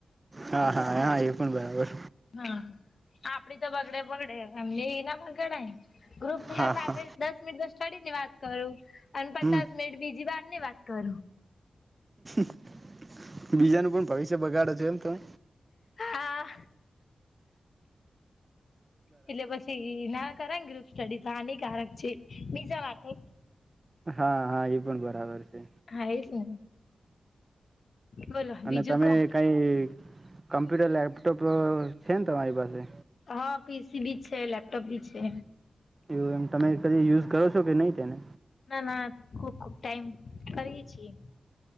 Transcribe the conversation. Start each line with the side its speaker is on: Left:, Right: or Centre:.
Right: હા હા આવ પણ બરાબર.
Left: હા આપ આપડી તો બગડે બગડે એમી ના બગડા ગ્રુપ તુલા
Right: હા
Left: સા
Right: હા
Left: દસ મનિટ ચડીની વાત કરું. અને પચાસ
Right: હમ
Left: મિનિટ બીજી વાર ધન્ય વાત કરો.
Right: <inaudible> બીજાનું પણ ભવિષ્ય બગાડે જ જેમ ત
Left: હા એટલે બસ એ ના કરે ને ગ્રુપ સ્ટડી તો હાનિકારક છે બીજા માટે
Right: હા હા એ પણ બરાબર છે.
Left: હા એજ ને બોલો
Right: અને
Left: બીજું
Right: તમે
Left: કો
Right: કઈ કમ્પ્યુટર લેપટોપ છે ને તમારી પાસે.
Left: હા પીસી ભી છે લેપટોપ ભી છે.
Right: એ એમ તમે કદી યુઝ કરો છો કે નહીં તેને
Left: ના ના ખુબ ખુબ ટાઈમ કરએ છીએ.